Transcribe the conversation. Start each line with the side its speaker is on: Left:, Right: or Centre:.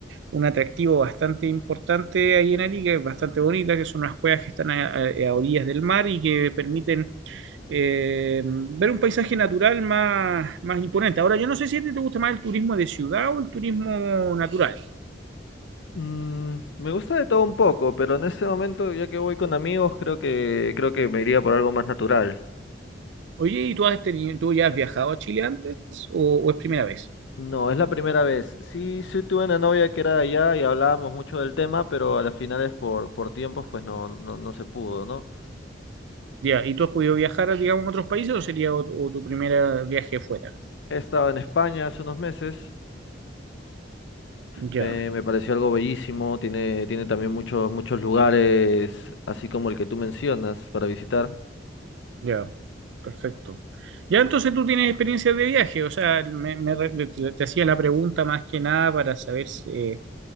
Right: un atractivo bastante importante ahí en Arica, es bastante bonita, que son unas cuevas que están a, a- a orillas del mar y que permiten eh, ver un paisaje natural más, más imponente. Ahora, yo no sé si a ti te gusta más el turismo de ciudad o el turismo natural.
Left: Mm, me gusta de todo un poco, pero en este momento, ya que voy con amigos, creo que, creo que me iría por algo más natural.
Right: Oye, ¿y tú, has tenido, tú ya has viajado a Chile antes o o es primera vez?
Left: No, es la primera vez. Sí, sí tuve una novia que era de allá y hablábamos mucho del tema, pero a las finales por, por tiempos pues no, no, no se pudo, ¿no?
Right: Ya, ¿y tú has podido viajar, digamos, a otros países o sería o- o tu primer viaje fuera?
Left: He estado en España hace unos meses,
Right: Ya,
Left: me, me pareció algo bellísimo, tiene, tiene también muchos, muchos lugares, así como el que tú mencionas, para visitar.
Right: ya, perfecto. Ya, entonces tú tienes experiencia de viaje, o sea, me, me re- te, te hacía la pregunta más que nada para saber si,